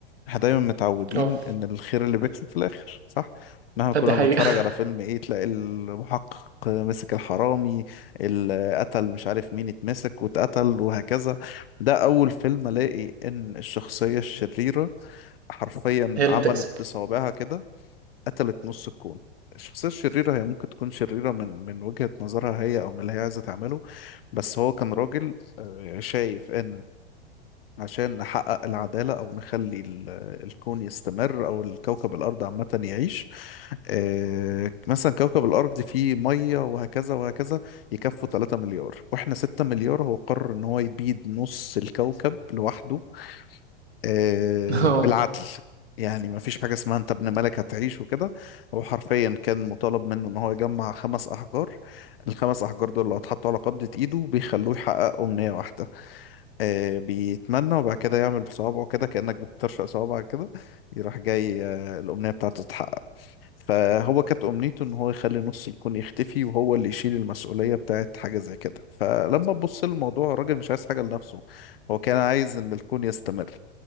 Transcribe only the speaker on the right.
اه
لا، دي حقيقة
<laughs> هي اللي
بتكسب
<laughs> اه